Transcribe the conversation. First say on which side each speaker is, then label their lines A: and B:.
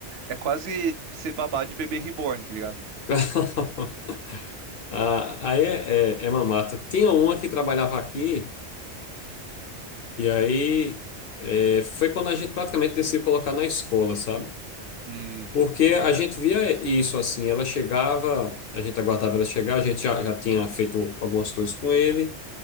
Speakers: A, on the right (about 65°); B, on the left (about 60°).
A: é quase ser babá de bebê reborn, tá ligado?
B: <laughs> Ah, Aí é, é, é mamata. Tinha uma que trabalhava aqui, e aí é, foi quando a gente praticamente decidiu colocar na escola, sabe?
A: Hum,
B: Porque a gente via isso assim, ela chegava, a gente aguardava ela chegar, a gente já, já tinha feito algumas coisas com ele.